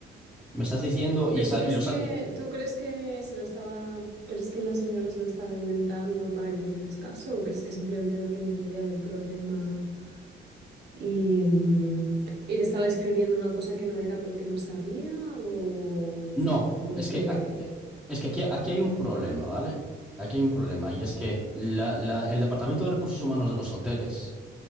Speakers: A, in the centre; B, on the right.
A: Me estás diciendo, y,
B: Pero
A: sa-
B: tú crees
A: y los...
B: que
A: ha- y-
B: tú crees que se lo estaba, crees que la señora se lo estaba inventando para que le hicieses caso o crees que simplemente no tenía ni idea del problema y, mm, y te estaba escribiendo una cosa que no era porque no sabía o
A: no,
B: o
A: es
B: que
A: que, aquí, es que aquí, aquí hay un problema, ¿vale? Aquí hay un problema, y es que la- la- el Departamento de Recursos Humanos de los hoteles...